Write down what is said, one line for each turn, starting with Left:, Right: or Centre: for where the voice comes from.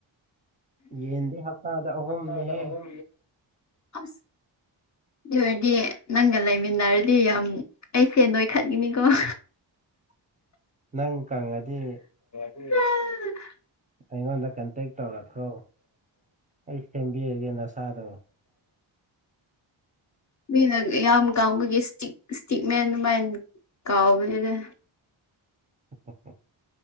Right: ꯌꯦꯟꯗꯤ ꯍꯞꯇꯥꯗ ꯑꯍꯨꯝꯅꯤꯍꯦ
Left: ꯁꯗ ꯍ <unintelligible> ꯑꯗꯨꯔꯗꯤ ꯅꯪꯒ ꯂꯩꯃꯤꯟꯅꯔꯗꯤ ꯌꯥꯝ ꯑꯩꯁꯦ ꯅꯣꯏꯈꯠꯈꯤꯅꯤꯀꯣ <unintelligible>
Right: ꯅꯪ ꯀꯪꯉꯗꯤ
Left: ꯎ <inaudible>
Right: ꯑꯩꯉꯣꯟꯗ ꯀꯟꯇꯦꯛ ꯇꯧꯔꯛꯈ꯭ꯔꯣ ꯑꯩ ꯁꯦꯝꯕꯤꯔꯒꯦ ꯅꯁꯥꯗꯣ
Left: ꯃꯤꯅ ꯌꯥꯝ ꯀꯕꯒꯤ ꯏꯁꯇꯤꯛ ꯏꯁꯇꯤꯛ ꯃꯦꯟ ꯑꯗꯨꯃꯥꯏꯅ ꯀꯥꯎꯕꯅꯦ
Right: ꯎ